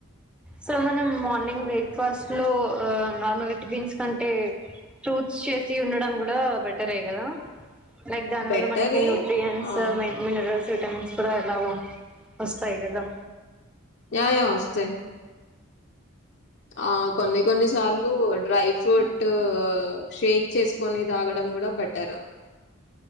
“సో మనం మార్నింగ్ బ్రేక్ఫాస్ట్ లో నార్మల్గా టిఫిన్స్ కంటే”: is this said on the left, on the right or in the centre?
Centre